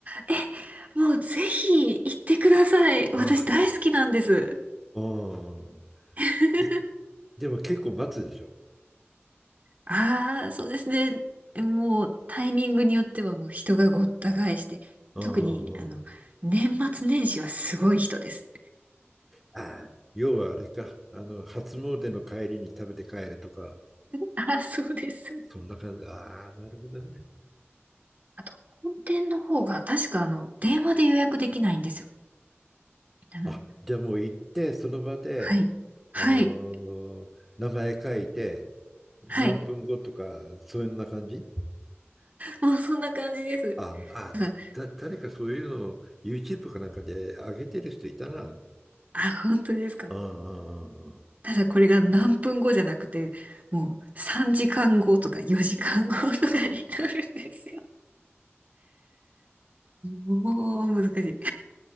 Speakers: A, on the right; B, in the centre.
A: え、もうぜひ行ってください。
B: あ
A: 私大好きなんです。
B: うん。
A: <laughs>
B: で、でも結構待つでしょ。
A: ああ、そうですね。もうタイミングによってはもう人がごった返して、
B: うんうんうん。
A: 特にあの、年末年始はすごい人です。
B: ああ、要はあれか。あの、初詣の帰りに食べて帰るとか、
A: あ、そうです。
B: そんな感じ。ああ、なるほどね。
A: あと、本店の方が確かあの、電話で予約できないんですよ。あの、
B: あ、じゃあもう行って、その場で、
A: はい。はい。
B: あのー名前書いて、何分後とか、
A: はい。
B: そういうような感じ
A: もうそんな感じです。
B: ああ、
A: <laughs> ただ、
B: だ、だ、誰かそういうのを YouTube かなんかで上げてる人いたな。
A: あ、本当ですか。
B: うんうんうんうん。
A: ただこれが何分後じゃなくて、もう3時間後とか4時間後とかになるんですよ。もう難しい。